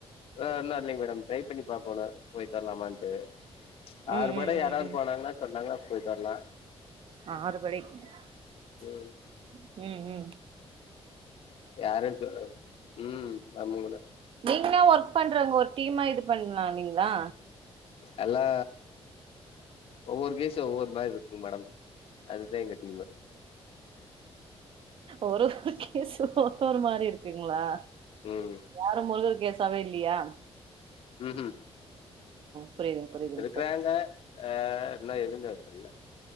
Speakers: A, on the left; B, on the right.
A: அஹா இன்னு இல்லைங் மேடம் ட்ரை பண்ணி பாக்கோணு போயிட் வரலாமான்ட்டு
B: ம்
A: ஆறு
B: ம்
A: படை யாராவது
B: ம்
A: போனாங்குன்னா சொன்னாங்க போய்ட் வர்லா
B: ஆறுபடைக் ச்சு
A: ம்
B: உம் உம்
A: யாரைமித்த உம் நம் இதுல
B: ஒன்னா ஒர்க் பண்றாவுங்க ஒர் டீம்மா இது பண்லாலீங்களா
A: அல்லா ஒவ்வொரு கேசு ஒவ்வொரு மாரி இருக்குங் மேடம் அதுதா எங்க டீமே
B: ஒர் ஒரு கேசு ஒவ்வொரு மாரி இருக்குங்களா
A: ம்
B: யாரு முருகர் கேச் சவேலியா
A: உஹம் உஹம்
B: புரியுதுங்க புரியுதுங்க
A: இருக்குறாங்க
B: சார்
A: ஆஹ் நம்ம ஏதும் பேச இல்ல